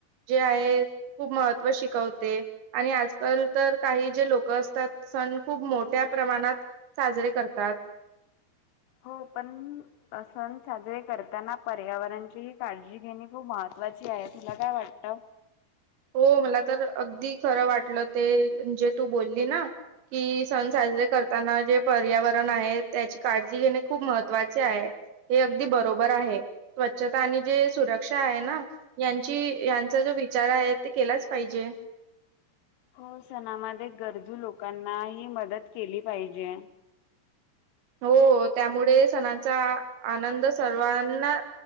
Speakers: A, on the right; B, on the left.
A: जे आहे खूप महत्व शिकवते. आणि आजकाल तर काही जे लोक असतात सण खूप मोठ्या प्रमाणात साजरे करतात. तात
B: हो पण सण साजरे करताना पर्यावरणची ही काळजी घेणे खूप महत्त्वाची आहे तुला काय वाटतं.
A: हो मला तर अगदी खरं वाटलं ते जे तू बोलली ना! कि सण साजरे करताना जे पर्यावरण आहे त्याची काळजी घेणे खूप महत्त्वाचे आहे. हे अगदी बरोबर आहे. स्वच्छता आणि जे सुरक्षा आहे, ना यांची यांचा जो विचार आहे. ते केलाच पाहिजे.
B: हो सणामध्ये गरजू लोकांनाही मदत केली पाहिजे.
A: हो त्यामुळे सणाचा आनंद सर्वांना,